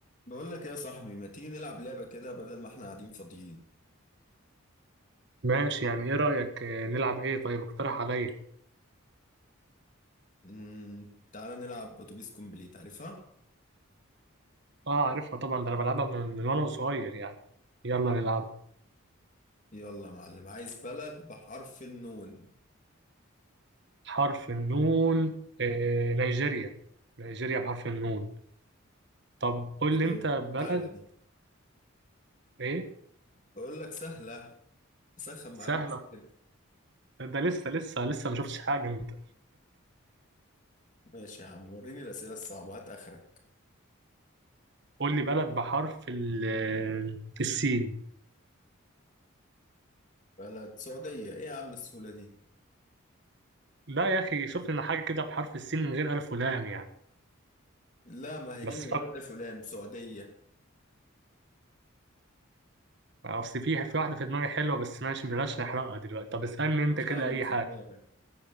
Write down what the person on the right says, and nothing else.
ماشي يعني ايه رأيك آه، نلعب ايه طيب اقترح عليا
اه عارفها طبعا ده انا بلعبها من, من وانا صغير يعني يلا نلعبها
حرف النون آه نيجيريا نيجيريا بحرف النون طب قول
لي انت بلد
ايه
سهلة
ده لسه لسه لسه ما شفتش حاجة انت
قول لي بلد بحرف ال- آه، السين
لا يا اخي شوف لنا حاجة كده بحرف السين من غير ألف ولام يعني
بس
فقط
اصل في في واحدة في دماغي حلوة بس ماشي بلاش نحرقها دلوقتي طب اسألني انت
كده
اي
حاجة